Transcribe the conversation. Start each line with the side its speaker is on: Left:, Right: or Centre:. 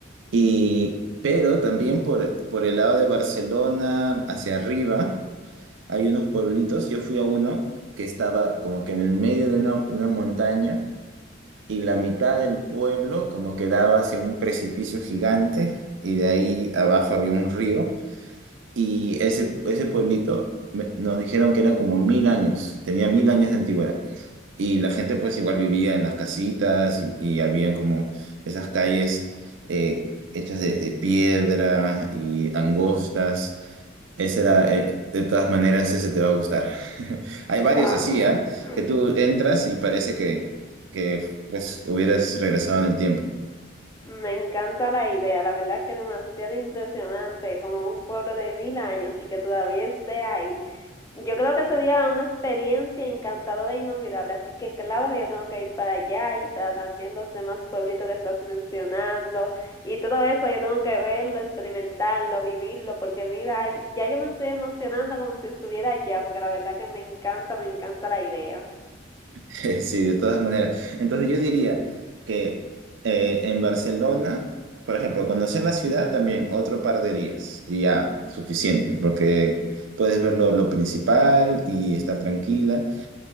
Right: Y, pero también por, por el lado de Barcelona, hacia arriba, hay unos pueblitos. Yo fui a uno que estaba como que en el medio de una, una montaña y la mitad del pueblo como que daba hacia un precipicio gigante y de ahí abajo había un río y ese, ese pueblito me- nos dijeron que era como mil años, tenía mil años de antigüedad. Y la gente pues igual vivía en las casitas y, y había como esas calles eh, hechas de, de piedra y angostas. Ese era, eh, de todas maneras, ese te va a gustar. <laughs> Hay
Left: Wow.
Right: varios así, ¿ah?
Left: <clears throat>
Right: Que tú entras y parece que, que pues hubieras regresado en el tiempo.
Left: Me encanta la idea, la verdad que demasiado impresionante, como un pueblo de mil años y que todavía esté ahí Yo creo que sería una experiencia encantadora e inolvidable, así que claro que yo tengo que ir para allá y para también los demás pueblitos que estás mencionando y todo eso yo tengo que verlo, experimentarlo, vivirlo, porque mira, ay, ya yo me estoy emocionando como si estuviera allá, porque la verdad que me encanta, me encanta la idea.
Right: <laughs> Sí, de todas maneras. Entonces yo diría que eh, en Barcelona, por ejemplo, conocer la ciudad también otro par de días y ya suficiente, porque puedes ver lo, lo principal y estar tranquila.